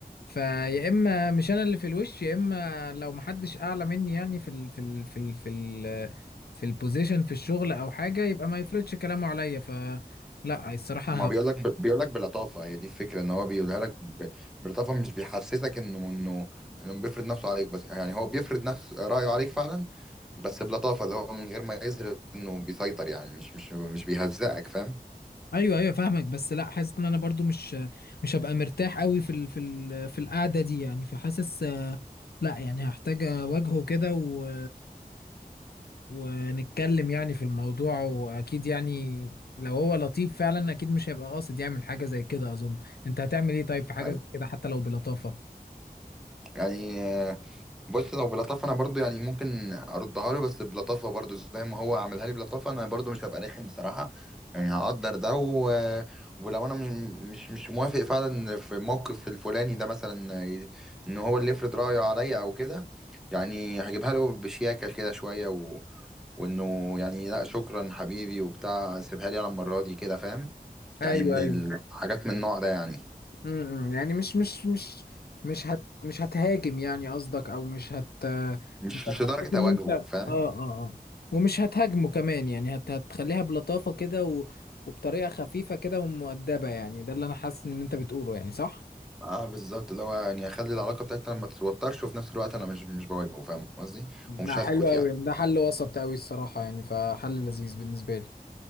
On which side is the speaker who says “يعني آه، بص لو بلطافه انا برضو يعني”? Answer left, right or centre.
Centre